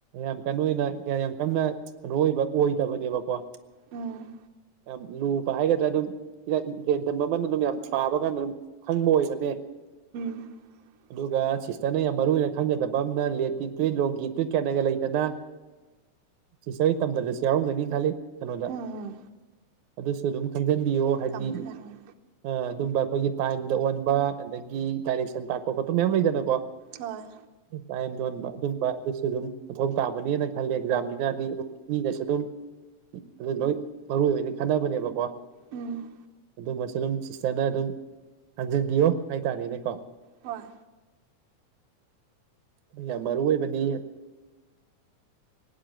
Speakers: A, on the right; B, on the right.
A: ꯌꯥꯝ ꯀꯩꯅꯣ ꯑꯣꯏꯅ ꯌꯥꯝ ꯀꯟꯅ ꯀꯩꯅꯣ ꯑꯣꯏꯕ ꯑꯣꯏꯗꯕꯅꯦꯕꯀꯣ
B: ꯎꯝ
A: ꯌꯥꯝ ꯂꯨꯕ ꯍꯥꯏꯒꯗ꯭ꯔꯥ ꯑꯗꯨꯝ ꯌꯦꯟꯗꯝ ꯑꯃꯅ ꯑꯗꯨꯝ ꯌꯥꯝ ꯆꯥꯕ ꯀꯥꯟꯗ ꯑꯗꯨꯝ ꯈꯪꯕ ꯑꯣꯏꯕꯅꯦ
B: <unintelligible>
A: ꯑꯗꯨꯒ ꯁꯤꯁꯇꯔꯅ ꯌꯥꯝ ꯃꯔꯨꯏꯅ ꯈꯪꯒꯗꯕ ꯑꯃꯅ ꯂꯦꯠꯀꯤ ꯇꯨꯋꯠ ꯂꯣꯡꯒꯤ ꯇꯨꯏꯠ ꯀꯥꯏꯅꯒ ꯂꯩꯗꯅ ꯁꯤꯁꯔꯤ ꯇꯝꯕꯗꯁꯨ ꯌꯥꯎꯔꯝꯒꯅꯤ ꯈꯜꯂꯤ ꯀꯩꯅꯣꯗ
B: ꯎꯝ
A: ꯑꯗꯨꯁꯨ ꯑꯗꯨꯝ ꯈꯪꯖꯤꯟꯕꯤꯌꯣ ꯍꯥꯏꯗꯤ
B: ꯊꯝꯈ꯭ꯔꯦ ꯎꯝ
A: ꯑ ꯑꯗꯨꯝꯕ ꯑꯩꯈꯣꯏꯒꯤ ꯇꯥꯏꯝꯗ ꯑꯣꯟꯕ ꯑꯗꯒꯤ ꯗꯥꯏꯔꯦꯛꯁꯟ ꯇꯥꯛꯄ ꯈꯣꯠꯄ ꯃꯌꯥꯝ ꯂꯩꯗꯅꯀꯣ
B: ꯍꯣꯏ
A: ꯇꯥꯏꯝ ꯌꯣꯟꯕ ꯑꯗꯨꯝꯕ ꯑꯗꯨꯁꯨ ꯑꯗꯨꯝ ꯃꯊꯧ ꯇꯥꯕꯅꯦꯅ ꯈꯜꯂꯦ ꯑꯦꯛꯖꯥꯝꯅꯤꯅꯗꯤ ꯑꯗꯨꯝ ꯃꯤꯅꯁꯨ ꯑꯗꯨꯝ ꯑꯗꯨ ꯂꯣꯏ ꯃꯔꯨ ꯑꯣꯏꯅ ꯈꯟꯅꯕꯅꯦꯕꯀꯣ
B: ꯎꯝ
A: ꯑꯗꯨꯃꯁꯨ ꯑꯗꯨꯝ ꯁꯤꯁꯇꯔꯅ ꯑꯗꯨꯝ ꯍꯟꯖꯤꯟꯕꯤꯌꯣ ꯍꯥꯏꯇꯥꯔꯦꯅꯦꯀꯣ
B: ꯍꯣꯏ
A: ꯌꯥꯝ ꯃꯔꯨ ꯑꯣꯏꯕꯅꯤ